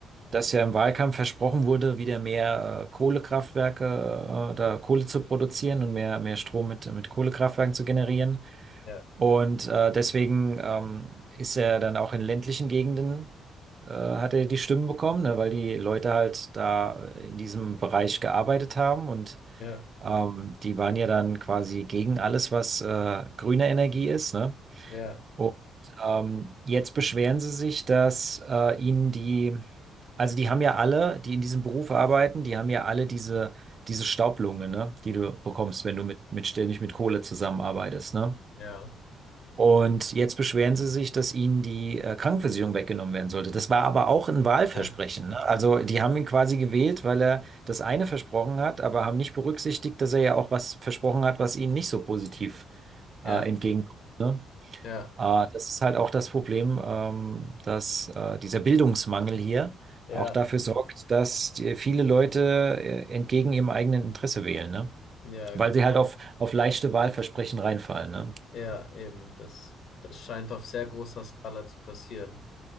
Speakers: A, on the right; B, on the left.
A: dass ja im Wahlkampf versprochen wurde, wieder mehr äh, Kohlekraftwerke, äh, da Kohle zu produzieren und mehr, mehr Strom mit, mit Kohlekraftwerken zu generieren.
B: ja,
A: Und äh, deswegen ähm, ist er dann auch in ländlichen Gegenden, äh, hat er die Stimmen bekommen, ne, weil die Leute halt da in diesem Bereich gearbeitet haben und
B: ja,
A: Ähm, die waren ja dann quasi gegen alles, was äh, grüne Energie ist, ne?
B: ja,
A: Und ähm, jetzt beschweren sie sich, dass äh, ihnen die, also die haben ja alle, die in diesem Beruf arbeiten, die haben ja alle diese, diese Staublunge, ne? Die du bekommst, wenn du mit, mit ständig mit Kohle zusammenarbeitest, ne?
B: ja,
A: Und jetzt beschweren sie sich, dass ihnen die äh, Krankenversicherung weggenommen werden sollte. Das war aber auch ein Wahlversprechen.
B: <laughs> ja,
A: Ne? Also die haben ihn quasi gewählt, weil er das eine versprochen hat, aber haben nicht berücksichtigt, dass er ja auch was versprochen hat, was ihnen nicht so positiv
B: ja,
A: äh, entgegenkommt. Ne?
B: ja,
A: Äh, das ist halt auch das Problem, ähm, dass äh, dieser Bildungsmangel hier
B: ja,
A: auch dafür sorgt, dass die, viele Leute äh, entgegen ihrem eigenen Interesse wählen, ne?
B: ja,
A: Weil
B: genau.
A: sie halt auf, auf leichte Wahlversprechen reinfallen. Ne?
B: Ja, eben, das, das scheint auf sehr großer Skala zu passieren.